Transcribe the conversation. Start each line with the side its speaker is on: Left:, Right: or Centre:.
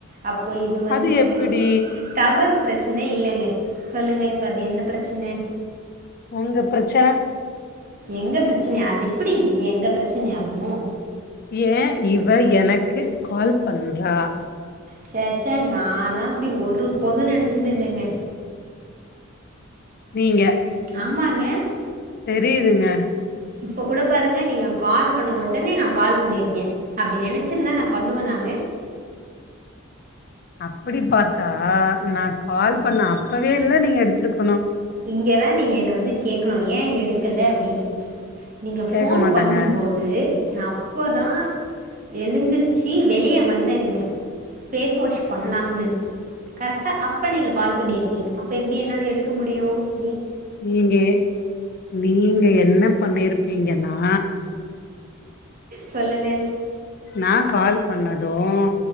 Right: அப்போ இது வந்து
Left: அது எப்பிடி
Right: டவர் பிர பிரச்சன இல்லைங்க சொல்லுங்க இப்ப அது என்ன பிரச்சன
Left: உங்க பிரச்சன
Right: எங்க பிரச்சனையா அது எப்டிங்க எங்க பிரச்சனை ஆகும்
Left: ஏ இவ எனக்கு கால் பண்றா
Right: சேச்சா நாலாம் அப்டி ஒரு போதும் நெனைச்சது இல்லைங்க
Left: நீங்க
Right: ஆமாங்க
Left: தெரியுதுங்க
Right: இப்ப கூட பாருங்க நீங்க கால் பண்ண உடனே நா கால் பண்ணிருக்கே அப்டி நெனைச்சிருந்தா நா பண்ணுவனாங்க
Left: அப்டி பாத்தா நா கால் பண்ண அப்ப வேல நீங்க எடுத்துருக்
Right: இங்கதா நீ ங்க என்ன வந்து கேட்கணும் ஏ எடுக்கல அப்டின்னு நீங்க ஃபோன்
Left: கேக்க மாட்டாங்க.
Right: பண்ணும்போது நா அப்போதா எழுந்திருச்சி வெளியே வந்தேங்க ஃபேஸ் வாஷ் பண்லாம்னு கரெக்டாக அப்போ நீங்க கால் பண்ணிருக்கீங்க அப்போ எப்டி என்னால எடுக்க முடி டியு
Left: நீங்க நீங்க என்ன பண்ணிருப்பீங்கன்னா
Right: சொல்லுங்க
Left: நா கால் பண்ணதும்